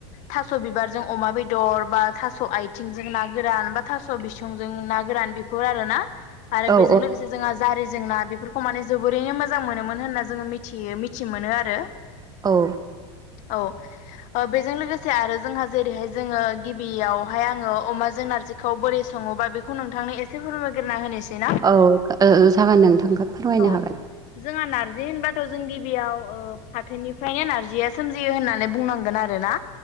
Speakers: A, on the left; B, on the right.
A: थास बिबारजों अमा बेदर बा थास आ थिंजों ना गोरान बा थास' बिसंजों ना गोरान बेफोर आरो ना आरो
B: औ
A: बेजों लोगोसे जोंहा जारि जेंना बेफोरखौ माने जोबोरैनो मोजां मोनोमोन होनना जोङो मिथियो मिथि मोनो आरो।
B: औ
A: औ बेजों लोगोसे आरो जोंहा जेरैहाय जोङो गिबियावहाय आङो अमाजों नारजि खौ बोरै सङोबा बेखौ नोंथांनो एसे फोरमायग्रोना होनोसै ना
B: औ जागोन नोंथांखौ फोरमायनो
A: औ
B: हागोन।
A: जोंहा नारजि होनबाथ' जों गिबियाव फाथोनिफ्रायनो नारजि। जिया सोमजियो होननानै बुंनांगोन आरो ना।